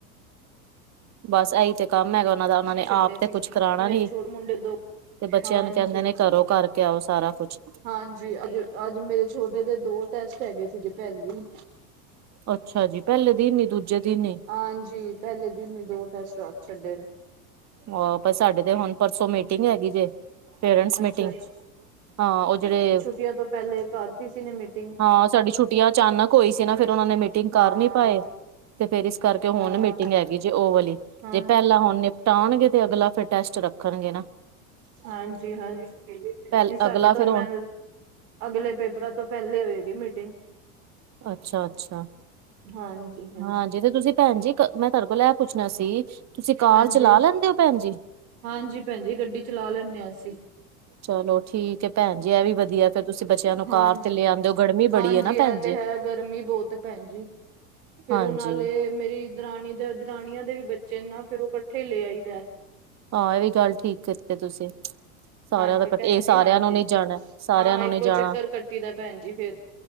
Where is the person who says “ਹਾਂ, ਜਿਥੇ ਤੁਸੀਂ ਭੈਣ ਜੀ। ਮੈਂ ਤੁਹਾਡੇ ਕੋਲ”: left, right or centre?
Right